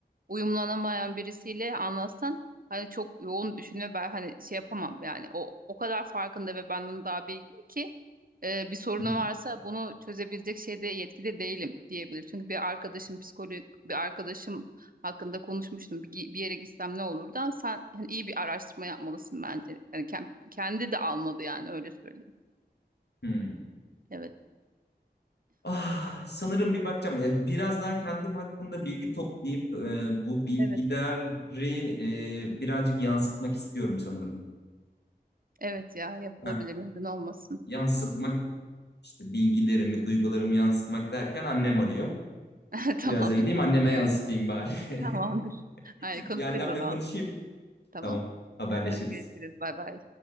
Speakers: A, on the right; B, on the left.
A: Uyumlanamayan birisiyle anlatsan hani çok yoğun düşünme ben hani şey yapamam yani o o kadar farkında ve benden daha bilgin ki e, bir sorunu
B: Hı hı.
A: varsa bunu çözebilecek şeyde yetkide değilim diyebilir. Çünkü bir arkadaşım psikolog bir arkadaşım hakkında konuşmuştum. Bir, gi- bir yere gitsem ne olur da sen hani iyi bir araştırma yapmalısın bence. Yani ken- kendi de almadı yani öyle söyleyeyim.
B: Hmm.
A: Evet.
B: Ah, sanırım bir bakacağım. E, Biraz daha kendim hakkında bilgi toplayıp e, bu bilgileri
A: Evet.
B: e, birazcık yansıtmak istiyorum sanırım.
A: Evet ya yapılabilir
B: Ha,
A: neden olmasın.
B: yansıtmak işte bilgilerimi, duygularımı yansıtmak derken annem arıyor.
A: <laughs> Tamam.
B: Biraz da gideyim anneme yansıtayım bari. <laughs>
A: Tamamdır. Hayır, konuşuruz
B: Bir annemle
A: o zaman.
B: konuşayım.
A: Tamam.
B: Tamam, haberleşiriz.
A: Hadi görüşürüz. Bay bay.